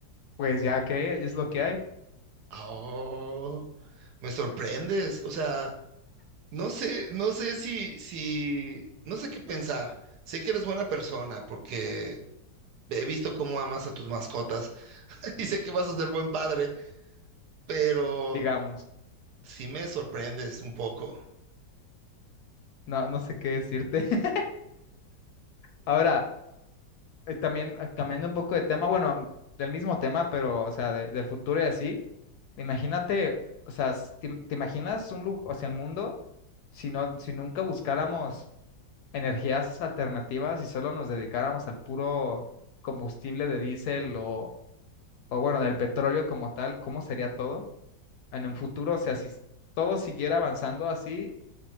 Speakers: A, on the left; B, on the right.
A: Pues ya que es lo que hay,
B: Oh, me sorprendes. O sea, no sé, no sé si, si, no sé qué pensar. Sé que eres buena persona porque he visto cómo amas a tus mascotas <laughs> y sé que vas a ser buen padre, pero
A: digamos.
B: sí me sorprendes un poco.
A: No, no sé qué decirte. <laughs> Ahora, eh, también eh, cambiando un poco de tema, bueno, mm, del mismo tema, pero, o sea, de- del futuro y así. Imagínate, o sea, si te, te imaginas un lugar, o sea, el mundo, si no, si nunca buscáramos energías alternativas y solo nos dedicáramos al puro combustible de diésel o o bueno, del petróleo como tal, ¿cómo sería todo en un futuro? O sea, si s- todo siguiera avanzando así,